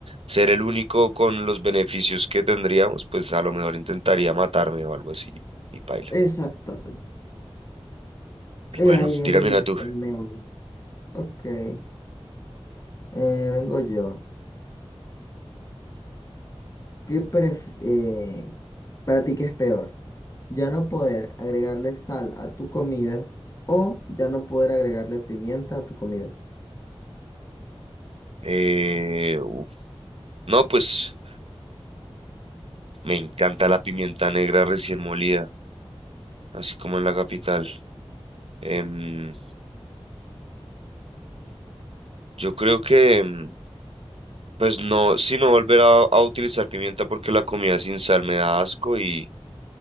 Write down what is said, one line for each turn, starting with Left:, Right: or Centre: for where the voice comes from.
Right: ser el único con los beneficios que tendríamos, pues a lo mejor intentaría matarme o algo así y paila.
Left: Exactamente. Es
Right: Bueno,
Left: ahí el,
Right: tírame una tú.
Left: el meollo. Ok. eh, vengo yo. ¿Qué pref- eh, para ti qué es peor? ¿Ya no poder agregarle sal a tu comida o ya no poder agregarle pimienta a tu comida?
Right: Eh, uf. No, pues me encanta la pimienta negra recién molida, así como en la capital. Em, yo creo que, em, pues no, si no volver a, a utilizar pimienta porque la comida sin sal me da asco y